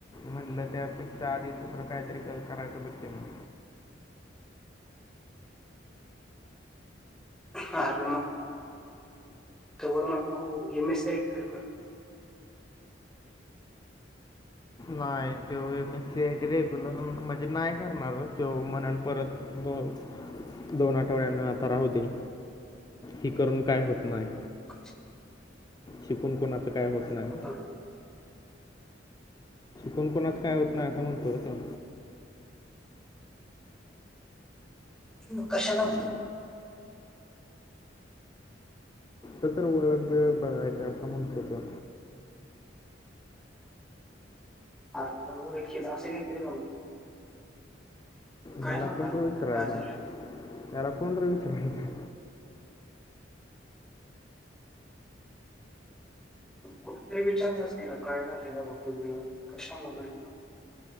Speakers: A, on the left; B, in the centre.
A: म्हटलं त्यापेक्ष आधी दुसरं कायतरी ग करायचं ब्य म्हण
B: ह मग तवर म एम एस आयटी का
A: नाही ते मी सी आयट रेग्युलर म्हणजे नाही करणार ते म्हणाल परत दोन दोन आठवड्यांना आता राहू दे ही करून काय होत नाही
B: अ
A: शीकून कोणाचं काय होत नाही
B: म्हणलं.
A: कोणकोणत काय होत नाही असं म्हणतो र
B: ह कशा
A: तो तर ओळख वेळ बघायच असं म्हणतो त
B: ह ओळखीचं असेल कायतरी
A: ह्याला
B: सांगणार
A: कोण
B: म्हणला
A: र विचारायचं
B: काय झालं
A: ह्याला कोण र विचारायचं
B: कुठेतरी विचारणारच की काय ना ते कशामुळे